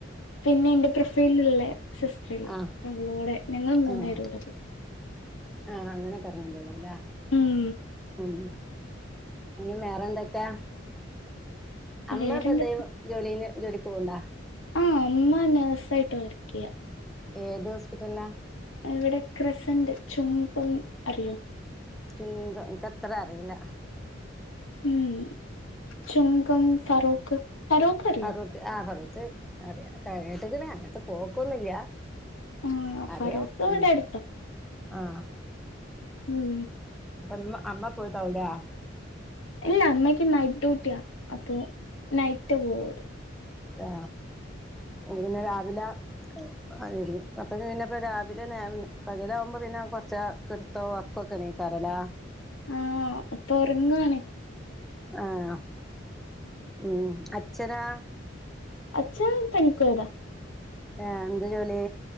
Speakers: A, on the left; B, in the centre.
A: പിന്നെ എന്റെ പ്രൊഫൈലല്ലേ സിസ്റ്റർല്ലേ
B: ആഹ്
A: അവളോടെ ഞങ്ങൾ മൂന്നേരവിടുത്ത
B: ആഹ് ആഹ് അങ്ങനൊക്കെ ഇറങ്ങാ പോതല്ലേ
A: ഉം
B: ഓ പിന്നും വേറെന്തൊക്കെയ അമ്മ
A: വേറെന്തൊക്ക
B: ഇപ്പ എന്ത ജോലിന് ജോലിക്ക് പോകണ്ടാ
A: ആ അമ്മ നേസായിട്ട് വർക്കെയ്യാ
B: ഏത് ഹോസ്പിറ്റൽലാ
A: ഇവ്ടെ ക്രസന്റ് ചുംങ്കം അറിയോ
B: ചുംങ്കം ഇൻക്കത്ര അറിയില്ല
A: ഉം ചുംങ്കം ഫറോക്ക് ഫറോക്ക് അറിയോ
B: ഫറോക്കെ ആ ഫറോക്ക് ഏ അറിയ കെ കേട്ടതിന് അങ്ങൻത്തെ പോക്കൊന്നുല്ല്യാ
A: ആ
B: അറിയാം
A: ഫറോക്ക് ഇവിടെ
B: ഉം
A: അടുത്താ
B: ആഹ്
A: ഉം
B: പ്പംഇന്ന് അമ്മ പോയിട്ടാവുലേ
A: ഇല്ല അമ്മക്ക് നൈറ്റ് ഡ്യൂട്ടിയാ അപ്പൊ നൈറ്റ് പോവോളൂ
B: ദാ ഇന്ന്പിന്നെ രാവിലെ അതെരി അപ്പഴ്പിന്നെപ്പ രാവിലെനേവിന് പകലാവുമ്പോ പിന്നെ കൊർച്ചാ കെടുത്തോ വൊറക്കൊക്കെണീകാലല്ലേ
A: ആഹ് ഇപ്പൊറങ്ആണ്
B: ആഹ് ഉം അ ച്ഛനാ
A: അച്ഛാ പണിക്കോയതാ
B: ആഹ് എന്ത് ജോലി